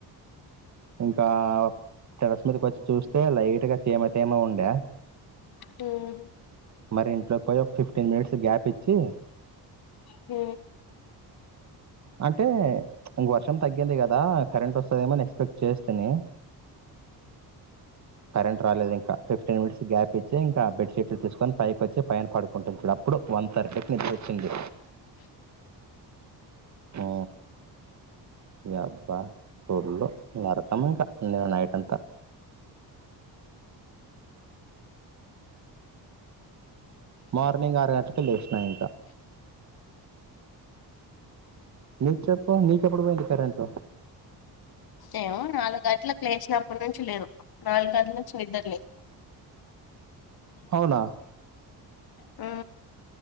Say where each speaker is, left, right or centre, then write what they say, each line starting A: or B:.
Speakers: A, on the right; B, on the left.
A: ఇంకా టెరస్ మీదకి వచ్చి చూస్తే లైట్ గా తేమ తేమ ఉండే
B: మ్మ్
A: మరి ఇంట్లోకి పోయి ఒక ఫిఫ్టీన్ మినిట్స్ గ్యాప్ ఇచ్చి
B: హ
A: అంటే వర్షం తగ్గింది కదా కరెంట్ వస్తుందేమోని ఎక్స్పెక్ట్ చేస్తేంది కరెంట్ రాలేదు ఇన్ టెన్ మనిట్స్ గ్యాప్ ఇంకా బెడ్షట్లు తీసుకని పైకి వచ్చి పైన పడుకుంటుంది అప్పుడు వన్ థర్టీకి నిద్ర వచ్చింది ఆ ఇగ అబ్బా ఫుల్లు నరకము ఇంకా నైట్ అంతా మార్నింగ్ ఆర గంటలకే లేచినా ఇంకా నీది చెప్పు నీకు ఎప్పుడు పోయింది కరెంట్
B: ఏమో నాలుగు గంటలకు లేచినప్పటి నుంచి లేదు నాలుగు గంటల నుంచి నిద్దర లేదు
A: అవునా
B: ఆ